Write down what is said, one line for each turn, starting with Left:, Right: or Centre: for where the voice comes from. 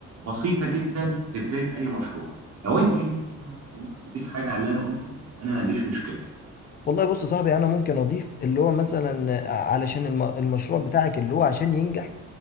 Right: بسيطة جدا لبداية أي مشروع لو أنت شايف إن أنا مثلا ممكن تضيف حاجة على اللي أنا قلته أنا ما عنديش مشكلة
Left: والله بص يا صاحبي انا ممكن اضيف اللي هو مثلا علشان الم- المشروع بتاعك اللي هو عشان ينجح